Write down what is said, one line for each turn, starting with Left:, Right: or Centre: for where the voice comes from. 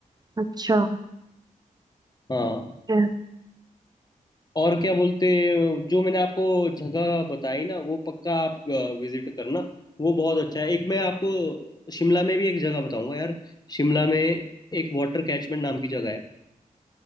Right: अच्छा
Left: हाँ
Right: ठीक है।
Left: और क्या बोलते जो मैंने आपको जगह बताई ना वो पक्का आप विजिट करना वो बहुत अच्छा है एक मैं आपको शिमला में भी एक जगह बताऊंगा यार शिमला में एक वाटर कैचमेंट नाम की जगह है